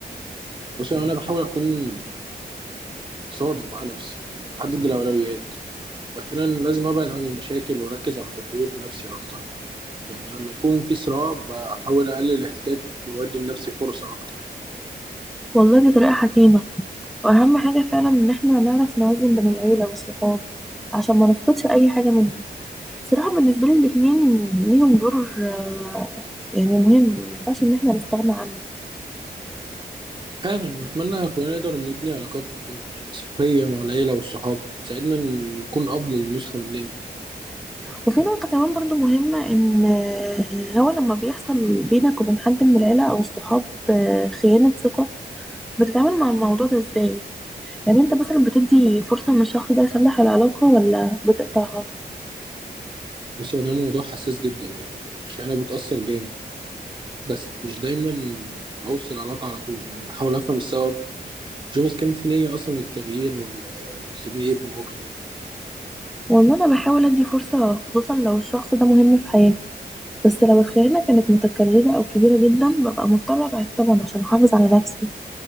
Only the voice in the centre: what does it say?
والله دي طريقة حكيمة واهم حاجة فعلا ان احنا نعرف نوازن بين العيلة والصحاب عشان ما نفقدش اي حاجة منهم صراحة بالنسبة لي الاتنين ليهم دور آه، يعني مهم مينفعش ان احنا نستغنى عنه
وفي نقطة كمان برضو مهمة إن آه، هو لما بيحصل بينك وبين حد من العيلة أو الصحاب آه، خيانة ثقة بتتعامل مع الموضوع ده إزاي؟ يعني أنت مثلا بتدي فرصة إن الشخص ده يصلح العلاقة ولا بتقطعها؟
وإن أنا بحاول أدي فرصة خصوصا لو الشخص ده مهم في حياتي بس لو الخيانة كانت متكررة أو كبيرة جدا ببقى مضطرة أبعد طبعا عشان أحافظ على نفسي